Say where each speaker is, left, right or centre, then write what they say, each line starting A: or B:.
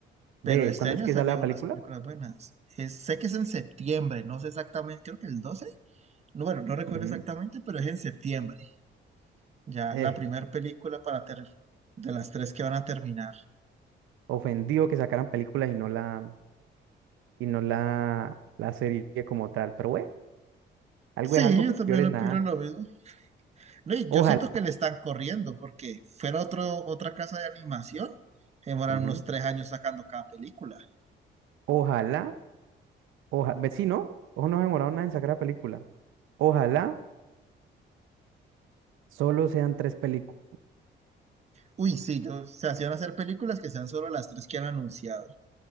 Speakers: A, on the right; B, on the right.
A: ¿De
B: Pero este
A: cuándo
B: año
A: es que
B: salió
A: sale la
B: unas
A: película?
B: películas buenas. Es- sé que es en septiembre, no sé exactamente, creo que el 12. No, bueno, no recuerdo
A: Ujú.
B: exactamente, pero es en septiembre. Ya
A: Eh,
B: la primera película para ter- de las tres que van a terminar.
A: ofendido que sacaran películas y no la, y no la, la serie como tal. Pero bueno, algo
B: Sí,
A: es algo,
B: yo también
A: peor es
B: lo opino
A: nada.
B: lo mismo. No, y
A: Ojalá.
B: yo siento que le están corriendo porque fuera otro, otra casa de animación, demoraron
A: Ujú.
B: unos tres años sacando cada película.
A: Ojalá, ojalá, ve, sí, ¿no? Ojo, no se demoraron nada en sacar la película. Ojalá solo sean tres películas.
B: Uy, sí, yo, se hacían hacer películas que sean solo las tres que han anunciado.